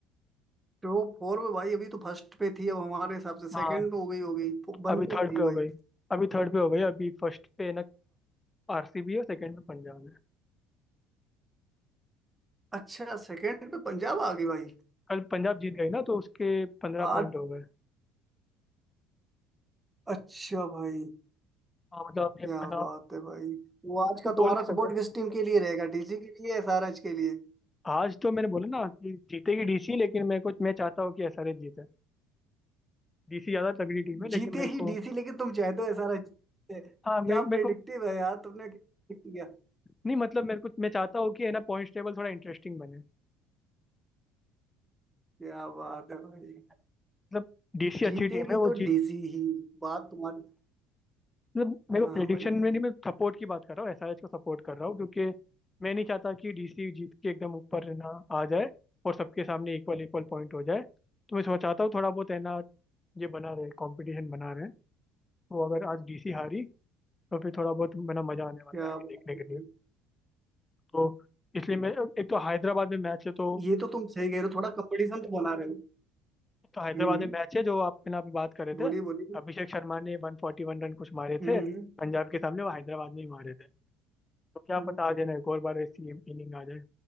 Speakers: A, on the right (about 15°); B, on the left (about 20°).
A: तो फोर में भाई अभी तो फर्स्ट पे थी अब हमारे हिसाब से सेकंड
B: हाँ
A: हो गई होगी वन
B: अभी
A: पे
B: थर्ड
A: थी
B: पे हो
A: भाई
B: गई अभी थर्ड पे हो गई अभी फर्स्ट पे ना आरसीबी है सेकंड में पंजाब है
A: अच्छा सेकंड पे पंजाब आ गई भाई
B: कल पंजाब जीत गई ना तो उसके पंद्रह
A: आज
B: पॉइंट हो गए
A: अच्छा भाई
B: हाँ मतलब ये
A: क्या
B: पंजाब
A: बात है भाई वो आज का
B: बोल
A: तुम्हारा
B: नहीं
A: सपोर्ट
B: सकते
A: किस टीम के लिए रहेगा डीसी के लिए एसआरएच के लिए
B: आज तो मैंने बोला ना कि जीतेगी डीसी लेकिन मैं को मैं चाहता हूँ कि एसआरएच जीते डीसी ज्यादा तगड़ी टीम है
A: जीते
B: लेकिन मेरे
A: ही
B: को
A: डीसी लेकिन तुम चाहते हो एसआरएच जीते क्या
B: हाँ मे मेरे
A: प्रेडिक्टिव
B: को
A: है यार तुमने क्या predict किया
B: नहीं मतलब मेरे को मैं चाहता हूँ कि है ना पॉइंट टेबल थोड़ा इंटरेस्टिंग बने
A: क्या बात है भाई
B: मतलब डीसी अच्छी
A: जीतेगी
B: टीम है
A: तो
B: वो
A: डीसी ही बात तुम्हारी
B: मतलब मेरे
A: हाँ
B: को प्रिडिक्शन
A: हाँ भाई
B: में नहीं मैं सपोर्ट की बात कर रहा हूँ एसआरएच को सपोर्ट कर रहा हूँ क्योंकि मैं नहीं चाहता कि डीसी जीत के एकदम ऊपर है ना आ जाए और सबके सामने इक्वल इक्वल पॉइंट हो जाए तो मैं चाहता हूँ थोड़ा बहुत है ना ये बना रहे कंपटीशन बना रहे तो अगर आज डीसी हारी तो फिर थोड़ा बहुत मेरा मजा आने वाला
A: अच्छा
B: है आगे
A: बात
B: देखने
A: है
B: के
A: भाई।
B: लिए तो इसलिए मैं एक तो हैदराबाद में मैच है तो,
A: ये तो तुम सही कह रहे हो थोड़ा कंपटीशन तो बना रहे हो
B: तो हैदराबाद
A: हम्म
B: में मैच है जो आप बिना पे बात कर रहे थे
A: बोलिए बोलिए
B: अभिषेक शर्मा ने 141 रन कुछ मारे
A: हम्म
B: थे पंजाब के सामने वो हैदराबाद में ही मारे थे तो क्या
A: हम्म,
B: पता आज है ना एक और बार ऐसी इनिंग आ जाए